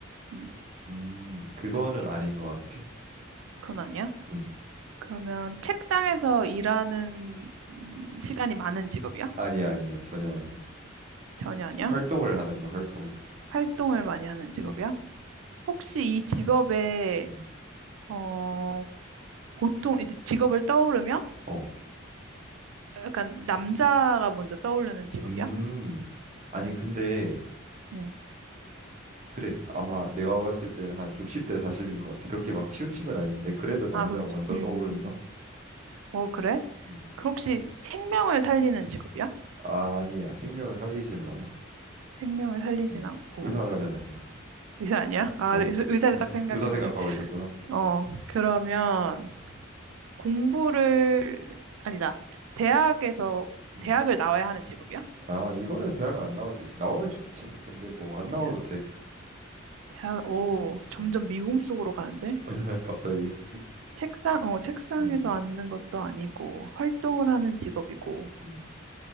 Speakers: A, on the right; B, on the right.
A: 음,
B: 음, 그거는 아닌 것 같아.
A: 그건 아니야.
B: 음,
A: 그러면 책상에서 일하는 시간이 많은 직업이야?
B: 아니야, 아니야, 전혀 아니야.
A: 전혀 아니야.
B: 활동을 하는 거야, 활동을.
A: 활동을 많이 하는 직업이야?
B: 음,
A: 혹시 이 직업에
B: 음,
A: 어, 보통 이제 직업을 떠오르면
B: 어,
A: 약간 남자가 먼저 떠오르는 직업이야?
B: 음, 아니 근데.
A: 응.
B: 그래, 아마 내가 봤을 때는 한 60대 40인 것 같아. 그렇게 막 치우친 건 아닌데, 그래도 남자가
A: 아, 그러겠지.
B: 먼저
A: 음.
B: 떠오른다?
A: 어, 그래?
B: 음.
A: 그 혹시 생명을 살리는 직업이야?
B: 아니야, 생명을 살리지는 않아.
A: 생명을 살리진
B: 음.
A: 않고.
B: 의사가는 아니야.
A: 의사 아니야? 아,
B: 어,
A: 네, 의사,
B: <laughs>
A: 의사를 딱 생각했는데.
B: 의사 생각하고 있었구나.
A: 어, 그러면 공부를, 아니다. 대학에서,
B: 음.
A: 대학을 나와야 하는 직업이야?
B: 아, 이거는 대학 안 나와도 되지. 나오면 좋지. 근데 뭐 안 나와도
A: 대학,
B: 돼.
A: 대학, 오, 점점
B: 음.
A: 미궁 속으로 가는데?
B: <laughs> 갑자기.
A: 책상, 어, 책상에서
B: 음,
A: 앉는 것도 아니고, 활동을 하는 직업이고.
B: 음,